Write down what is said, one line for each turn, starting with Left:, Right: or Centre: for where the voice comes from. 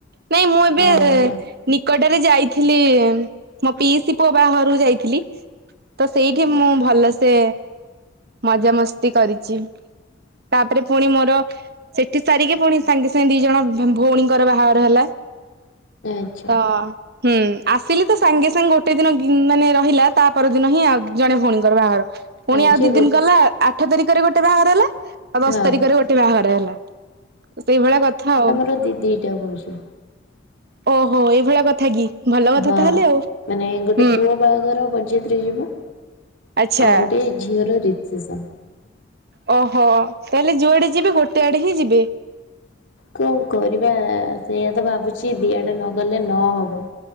Right: ନାଇଁ ମୁଁ ଏବେ
Left: ହଁ ଆଚ୍ଛା
Right: ନିକଟରେ ଯାଇଥିଲି, ମୋ ପିଇସିି ପୁଅ ବାହାଘରକୁ ଯାଇଥିଲି। ତ ସେଇଠି ମୁଁ ଭଲସେ ମଜାମସ୍ତି କରିଛି। ତାପରେ ପୁଣି ମୋର ସେଠି ସାରିକି ପୁଣି ସାଙ୍ଗେ ସାଙ୍ଗେ ଦି ଜଣ ଭଉଣୀଙ୍କର ବାହାଘର ହେଲା
Left: ଆଚ୍ଛା
Right: ତ ହୁଁ ଆସିଲି, ତ ସାଙ୍ଗେ ସାଙ୍ଗେ ଗୋଟେ ଦିନ ମାନେ ରହିଲା, ତା ପରଦିନ ହିଁ ଆଉ ଜଣେ ଭଉଣୀଙ୍କର ବାହାଘର। ପୁଣି
Left: ଆଜି
Right: ଆଉ ଦି
Left: ଗୋ
Right: ଦିନ ଗଲା, ଆଠ ତାରିଖରେ ଗୋଟେ ବାହାଘର ହେଲା ଆଉ ଦଶ
Left: ହଁ
Right: ତାରିଖରେ ଗୋଟେ ବାହାଘର ହେଲା ସେଇଭଳିଆ କଥା ଆଉ।
Left: ତ ଦିଦି ତ୍ୟା କହୁଛି।
Right: ଓହୋ ଏଇ ଭଳିଆ କଥା କି। ଭଲ କଥା
Left: ହଁ
Right: ତାହେଲେ ଆଉ।
Left: ମାନେ ଗୋଟେ
Right: ହୁଁ।
Left: ପୁଅ ବାହାଘର ବର ତ୍ରି ଯିବ
Right: ଆଚ୍ଛା
Left: ଆଉ ଗୋଟେ ଝିଅର ରିସେସନ୍।
Right: ଓହୋ ତାହେଲେ ଯୁଆଡେ ଯିବେ ଗୋଟେ ଆଡେ ହିଁ ଯିବେ।
Left: କଣ କରିବା ସେଇଆ ତ ଭାବୁଛି ଦିଆଡ଼େ ନ ଗଲେ ନ ହବ।